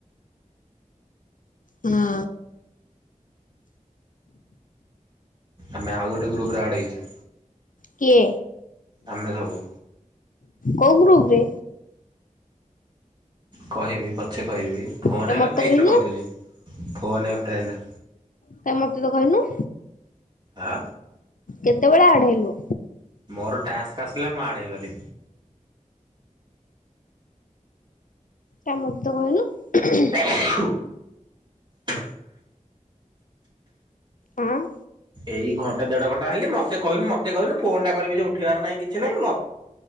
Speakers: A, on the left (about 75°); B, on the right (about 35°).
A: ହେ ନା ନା
B: ଆମେ ଆଉ ଗୋଟେ ଗ୍ରୁପ ରେ ଆଡ଼ ହେଇଚୁ
A: କିଏ
B: ଆମେ ସବୁ
A: କୋଉ ଗ୍ରୁପ ରେ
B: କହିବି ପଛେ କହିବି ଫୋନରେ
A: କାଇଁ ମତେ
B: ନା ଏଇଥିରେ
A: କହିନୁ
B: କହିଦଉଛି ଫୋନ ଏ ଫ୍ରେଣ୍ଡ
A: କାଇଁ ମତେ ତ କଇନୁ
B: ଆ
A: କେତେବେଳେ ଆଡ ହେଲୁ
B: ମୋର ଟାସ୍କ ଆସିଲା ମୁଁ ଆଡ ହେଇଗଲି।
A: କାଇଁ ମତେ ତ କହିନୁ ଖୁଂ ଖୁଂ ହୁଁ ଉମ
B: ଉହୁ ଥୁ
A: ଅଁ ଅଁ ଅଁ
B: ଏଇ ଘଣ୍ଟେ ଦେଢ ଘଣ୍ଟା ହେଲେ ମତେ କହିଲୁ ମତେ କହିଲୁ ଫୋନ ଟା କରିବି ଯେ ଉଠେଇ ବାରନାହିଁ କିଛି ନାହିଁ ମ